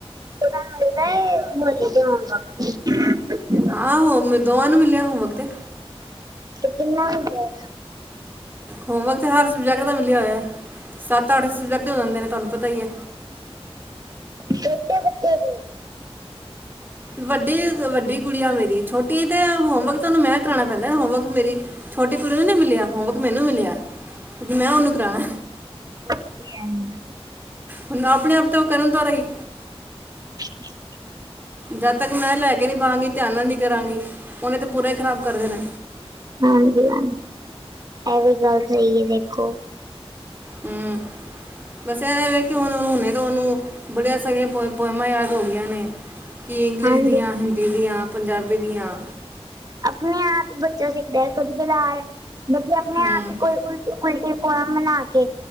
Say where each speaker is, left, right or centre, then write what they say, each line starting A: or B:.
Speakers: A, on the right; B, on the right.
A: <unintelligible>
B: ਆਹੋ, ਮ ਦੋਵਾਂ ਨੂੰ ਮਿਲਿਆ ਹੋਮ ਵਰਕ ਤੇ
A: ਤੇ ਕਿੰਨਾ ਹੋ ਗਿਐ
B: ਹੋਮਵਰਕ ਤੇ ਹਰ ਸਬਜੈਕਟ ਦਾ ਮਿਲਿਆ ਹੋਇਐ, ਸੱਤ- ਅੱਠ ਸਬਜੈਕਟ ਹੋ ਜਾਂਦੇ ਨੇ, ਤੁਹਾਨੂੰ ਪਤਾ ਹੀ ਏ।
A: ਕਿ ਬੱਚੇ ਦੇ, <inaudible>
B: ਵੱਡੀ ਵੱਡੀ ਗੁੜੀਆ ਮੇਰੀ, ਛੋਟੀ ਤੇ ਹੋਮਵਰਕ ਤੇ ਓਨੂੰ ਮੈਂ ਕਰਾਣਾ ਪੈਂਦਾ, ਹੋਮਵਰਕ ਮੇਰੀ ਛੋਟੇ ਕੁੜੀ ਨੂੰ ਨੀ ਮਿਲਿਆ, ਹੋਮਵਰਕ ਮੈਨੂੰ ਮਿਲਿਐ ਕਿਉਂਕਿ ਮੈਂ ਓਹਨੂੰ ਕਰਾਣੈ।
A: <inaudible>
B: ਹੁਨ ਆਪਣੇ ਆਪ ਤੇ ਉਹ ਕਰਨ ਤੋਂ ਰਹੀ।
A: <unintelligible>
B: ਜਦ ਤੱਕ ਮੈਂ ਲੈ ਕੇ ਨਹੀਂ ਬਾਹਂਗੀ ਧਿਆਨ ਨਾਲ ਨਹੀਂ ਕਰਾਂਗੀ, ਉਹਨੇ ਤੇ ਪੂਰਾ ਹੀ ਖ਼ਰਾਬ ਕਰ ਦੇਣਾ
A: ਹਾਂਜੀ-ਹਾਂਜੀ, ਇਹ ਵੀ ਗੱਲ ਸਹੀ ਏ, ਦੇਖੋ।
B: ਹੂੰ ਬਸ ਇਹਵੇਂ ਕਿ ਹੁਣ ਹੁਣੇ ਤੋੰ ਉਹਨੂੰ ਬੜੀਆਂ ਸਾਰੀਆਂ ਪੋਇ ਪੋਇਮਾਂ ਯਾਦ ਹੋ ਗਈਆਂ ਨੇ ਕਿ ਇੰਗਲਿਸ਼
A: ਹਾਂਜੀ
B: ਦੀਆਂ, ਹਿੰਦੀ ਦੀਆਂ, ਪੰਜਾਬੀ ਦੀਆਂ
A: ਆਪਨੇ ਆਪ ਈ ਬੱਚਾ ਸਿੱਖਦੈ ਕਦੀ ਕਦਾਰ, ਬੱਚੇ ਆਪਨੇ
B: ਹੂੰ
A: ਆਪ ਇ ਕੋਈ ਉਲਟੀ ਪੁਲਟੀ ਪੋਯਮ ਬਣਾ ਕੇ